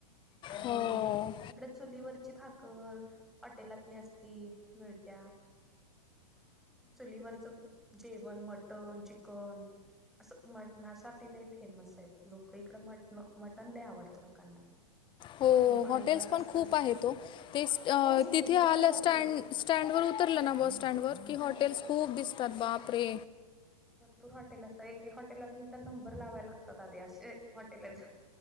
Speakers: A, in the centre; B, on the left.
A: आणि
B: हो
A: इकडे चुलीवरची भाक कर हॉटेलातनी असती मिळत्या. चुलीवरचं जेवण मटण, चिकन असं मटणासाठी लय फेमस आहेत लोक इकडं मटन मटन लय आवडतं लोकांना. <inaudible>
B: हो
A: पांढरा
B: हॉटेल्स पण
A: रस्सा
B: खूप आहेत ओ ते
A: खूप भरपूर
B: तिथे आल
A: हॉटेल
B: स्टँड
A: आहेत
B: स्टँडवर उतरलं ना बस सटँडवर की
A: ह
B: हॉटेल्स खूप दिसतात. बाप रे!
A: <inaudible> भरपूर हॉटेल असतात. एक एक हॉटेलासनी तर नंबर लावायला लागतात, आधी असे हॉटेल आहेत.